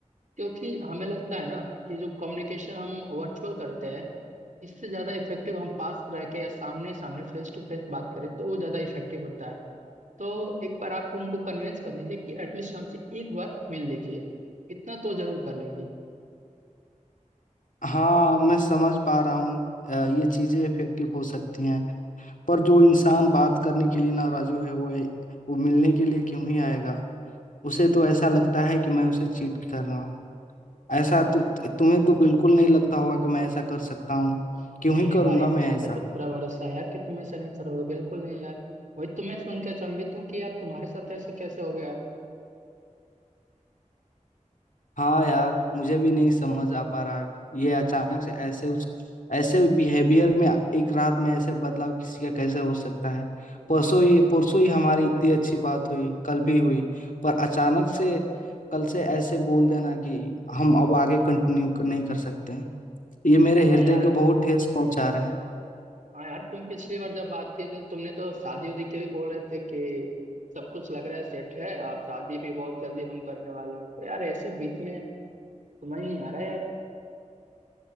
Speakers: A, on the right; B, on the left.
A: क्योंकि हमें लगता है ना कि जो कम्युनिकेशन हम वर्चुअल करते हैं इससे ज्यादा इफेक्टिव हम पास रह के या सामने सामने फेस टू फेस बात करें तो वो ज्यादा इफेक्टिव होता है तो एक बार आप उनको कन्विंस कर लीजिए कि एटलीस्ट हमसे एक बार मिल लीजिए इतना तो जरूर कर लेंगे
B: हाँ मैं समझ पा रहा हूँ अ, ये चीजें इफेक्टिव हो सकती हैं पर जो इंसान बात करने के लिए नाराजू है वो वो मिलने के लिए क्यों ही आएगा उसे तो ऐसा लगता है कि मैं उसे चीट कर रहा हूँ ऐसा तु, तुम्हें तो बिल्कुल नहीं लगता होगा कि मैं ऐसा कर सकता हूँ क्यों
A: नहीं
B: ही
A: नहीं
B: करूंगा
A: भाई
B: मैं
A: तुम
B: ऐसा
A: पे तो पूरा भरोसा है यार कि तुम ऐसा नहीं करोगे बिल्कुल नहीं यार वही तुम्हें सुन के अचंभित हूँ कि यार तुम्हारे साथ ऐसे कैसे हो गया
B: हाँ यार मुझे भी नहीं समझ आ पा रहा ये अचानक से ऐसे उस ऐसे बिहेवियर में एक रात में ऐसे बदलाव किसी का कैसे हो सकता है परसों ही परसों ही हमारी इतनी अच्छी बात हुई कल भी हुई पर अचानक से कल से ऐसे बोल देना कि हम अब आगे कंटिन्यू नहीं कर सकते हैं ये मेरे
A: हाँ
B: हृदय
A: यार
B: को बहुत ठेस पहुंचा रहा है
A: हाँ यार तुम पिछली बार जब बात किए थे तुमने तो शादी उदी के भी बोल रहे थे कि सब कुछ लग रहा है सेट है और शादी भी बहुत जल्दी हम करने वाले हैं तो यार ऐसे बीच में समझ नहीं आ रहा है यार